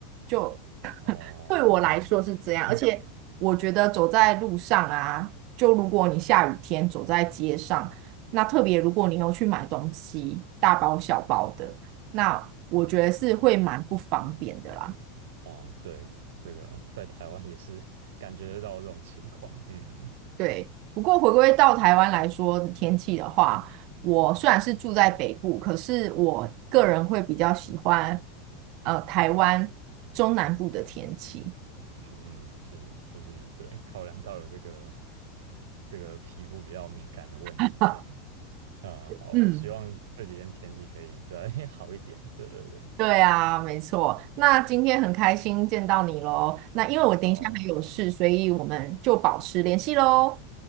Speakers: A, on the right; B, on the right.
A: 就 <laughs>
B: 哦，
A: 对我来说是这样。
B: 嗯，对，<laughs>
A: 而且我觉得走在路上啊，就如果你下雨天走在街上，那特别如果你有去买东西，大包小包的，那我觉得是会蛮不方便的啦。
B: 哦，对，这个在台湾也是 <laughs> 感觉得到这种情况，嗯
A: 对，不过回归到台湾来说的天气的话，我虽然是住在北部，可是我个人会比较喜欢呃台湾中南部的天气。
B: 嗯，是，就是对，考量到有这个这个皮肤比较敏感的问题，
A: <laughs>
B: 这样，嗯，好啊，
A: 嗯，
B: 希望这几天天气可以再 <laughs> 好一点，对对对，
A: 对啊，没错。那今天很开心见到你喽。那因为我等一下还有事，
B: 好，嗯，
A: 所以我们就保持联系喽。